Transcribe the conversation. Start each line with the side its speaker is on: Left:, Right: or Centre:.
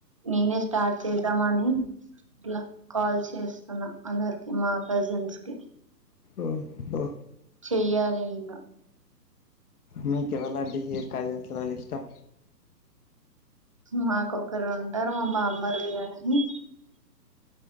Right: నేనే స్టార్ట్ చేద్దామని అట్లా కాల్ చేస్తున్నా అందరికి మా కజిన్స్ కి
Left: ఆ ఆ
Right: చెయ్యాలి ఇంగా
Left: మీ కేవలంటే హె కజిన్స్ లల్లా ఇష్టం
Right: మాకొక్కరు ఉంటారు మా బామ్మారిది గనీ